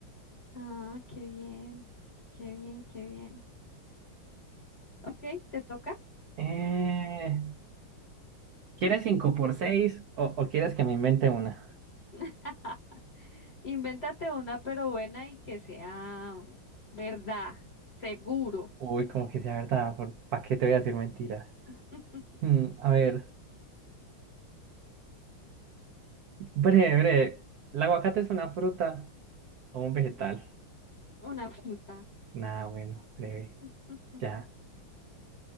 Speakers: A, on the left; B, on the right.
A: Ah, qué bien. Qué bien, qué bien. Ok, ¿te toca?
B: Eh, ¿quieres cinco por 6 o, o quieres que me invente una?
A: <laughs> Invéntate una, pero buena y que sea mm, verdad, seguro.
B: Uy, como que sea verdad, ¿para qué te voy a decir mentiras?
A: <laughs>
B: Mm, a ver, breve, breve. ¿El aguacate es una fruta o un vegetal?
A: Una fruta.
B: Nada, bueno, breve,
A: <laughs>
B: ya.